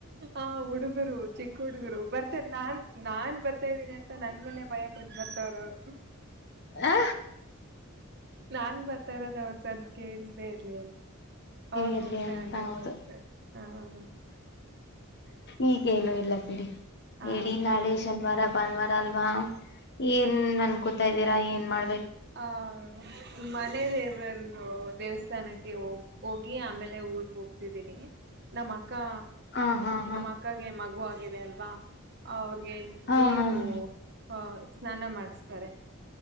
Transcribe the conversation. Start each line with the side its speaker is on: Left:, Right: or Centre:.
Right: ಆ ಹುಡುಗರು ಚಿಕ್ಕ ಹುಡುಗರು ಬರ್ತಾರೆ ನಾನ್ ನಾನ್ ಬರ್ತಾ ಇದ್ದೀನಿ ಮತ್ತ ನಂದ ಮೇಲೆ ಭಯ ಪುಟ್ಟ ಬರ್ತವ್ರ ಅವ್ರು
Left: ಆ
Right: ನಾನ್ ಬರ್ತಾ ಇರೋದ ಅವ್ರ ಸದ್ ಕಿ ಇರ್ಲಿ ಅಂತ ಅವ್ರ
Left: ಇರ್ಲಿ
Right: ನೋಡಿದ್ರೆ
Left: ಅಂತ
Right: ಹಂಗ ಅನ್ಕೊಂಬಸ
Left: ಹೌದು
Right: ಹ
Left: ಈಗೇನು ಇಲ್ಲ ಬಿಡಿ
Right: ಹ
Left: ಹೇಳಿ ನಾಳೆ
Right: ಹ
Left: ಶನಿವಾರ ಭಾನುವಾರ ಅಲ್ವಾ ಏನ್ ಅನ್ ಕೂತಾ ಇದ್ದೀರಾ ಏನ್ ಮಾಡ
Right: ಹ ಮನೆದೇವಂದರು ದೇವಸ್ಥಾನ ಸ್ಥಾನಕ್ಕೆ ಹೋಗ್ ಹೋಗಿ ಆಮೇಲೆ ಊರ್ಗ್ ಹೋಗ್ತಿದ್ದೀನಿ ನಮ್ಮ ಅಕ್ ಕ್ಕ
Left: ಹ ಹಾ ಹಾ
Right: ನಮ್ಮ ಅಕ್ಕಗೆ ಮಗು ಆ ಗಿದೆ ಅಲ್ವಾ ಅವ್ ರಿಗೆ
Left: ಹಾ
Right: ನೀರು
Left: ಹಾ ಹಾ
Right: ಹ ಸ್ನಾನ ಮಾಡಿಸ್ತಾರೆ.